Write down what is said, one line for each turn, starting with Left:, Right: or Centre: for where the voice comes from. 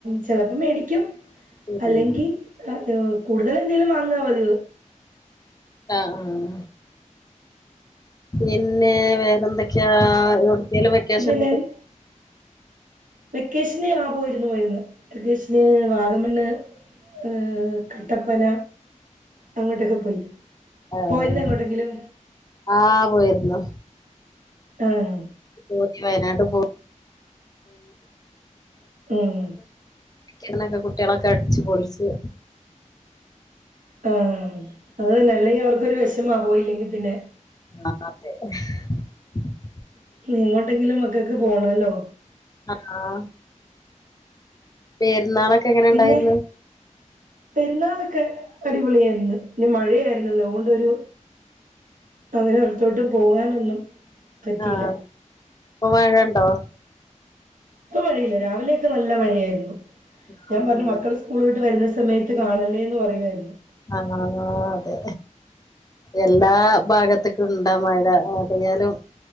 Right: ചിലപ്പോ മേടിക്കും
Left: ഉം
Right: അല്ലെങ്കിൽ കൂടുതൽ എന്തെങ്കലും വാങ്ങാ മതി
Left: ആഹ ആഹ പിന്നെ വേറെഎന്തൊക്കെയാ എവിടക്കലും വെക്കേഷൻ
Right: പിന്നെ ഞാൻ വെക്കേഷന് ആ പോയിരുന്നു പോയിന്ന് വെക്കേഷന് വാഗമണ്ണ് ഏ കട്ടപ്പന അങ്ങോട്ടൊക്കെ പോയി
Left: ആഹ്
Right: പോയിരുന്നോ അങ്ങോട്ടെങ്കിലും
Left: ആഹ് പോയിരുന്നു.
Right: ആഹ
Left: പോയി വയനാട്ടിൽ
Right: ഉം
Left: എന്നൊക്കെ കുട്ടികളൊക്കെ അടച്ച് പൊളിച്ചു
Right: ആ അത് തന്നെ അല്ലെങ്കിൽ അവർക്കൊരു വിശമാ പോയി ഇല്ലെങ്കി പിന്നെ
Left: ആഹ
Right: എങ്ങോട്ടെങ്കിലും മക്കൾക്ക് പോണല്ലോ
Left: ആഹ പെരുന്നാളൊക്കെ എങ്ങനെ
Right: പിന്നെ
Left: ഉണ്ടായിരുന്നു?
Right: പെരുന്നാളൊക്കെ അടിപൊളിയായിരുന്നു. ഇ മഴയായിരുന്നല്ലോ അതുകൊണ്ടരു അങ്ങനെ പുറത്തോട്ടും പോകാനൊന്നും പറ്റിയില്ല.
Left: ആഹ് ഇപ്പൊ മഴ ഉണ്ടോ?
Right: ഇപ്പ മഴയില്ല. രാവിലെയൊക്കെ നല്ല മഴയായിരുന്നു
Left: ആഹ്
Right: ഞാൻ പറഞ്ഞു മക്കൾ സ്കൂളട്ട് വരുന്ന സമയത്ത് കാണല്ലേ എന്ന് പറയുായിരുന്നു
Left: ആ അതെ എല്ലാ ഭാഗത്തക്കും ഇണ്ടാ മഴ അതായാലും